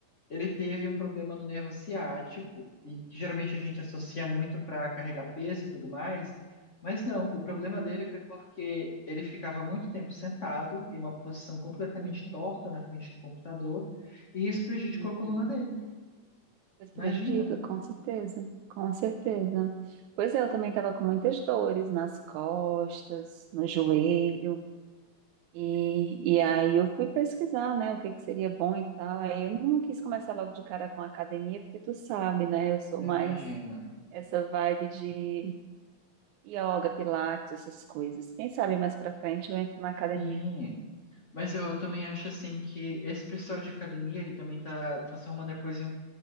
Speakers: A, on the left (about 60°); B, on the right (about 85°).
A: ele teve um problema no nervo ciático, e que geralmente a gente associa muito para carregar peso e tudo mais. Mas não, o problema
B: Uhum,
A: dele foi porque ele ficava muito tempo sentado em uma posição completamente
B: uhum,
A: torta na frente do computador, e isso prejudicou
B: uhum.
A: a coluna dele.
B: Mas prejudica,
A: Imagina,
B: com certeza, com certeza. Pois é, eu também estava com muitas dores nas costas, no joelho. E, e aí eu fui pesquisar, né, o que que seria bom e tal. Aí eu não quis começar logo de cara com academia, porque tu sabe, né, eu sou
A: imagina.
B: mais essa vibe de yoga, pilates, essas coisas. Quem sabe mais pra frente eu entro na academia.
A: Sim. Mas eu, também acho assim que esse pessoal de academia, ele também tá transformando a coisa em,